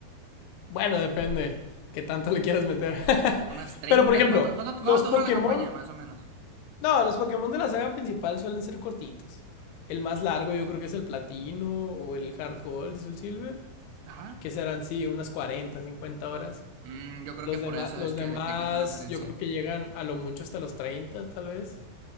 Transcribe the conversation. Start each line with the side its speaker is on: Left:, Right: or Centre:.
Left: Bueno, depende qué tanto le quieras meter. <laughs>
Right: ¿O unas treinta
Left: Pero por ejemplo,
Right: ¿Cuánto, cuánto,
Left: los
Right: cuánto te
Left: Pokémon,
Right: dura la campaña, más o menos?
Left: no, los Pokémon de la saga principal suelen ser cortitos. El más largo yo creo que es el Platino o el Hard Gold y el Silver.
Right: Ajá.
Left: que serán, sí, unas 40 50 horas.
Right: Mm, yo creo
Left: Los
Right: que por
Left: demás,
Right: eso
Left: los
Right: es que
Left: demás,
Right: tengo esa referencia.
Left: yo creo que llegan a lo mucho hasta los 30 tal vez,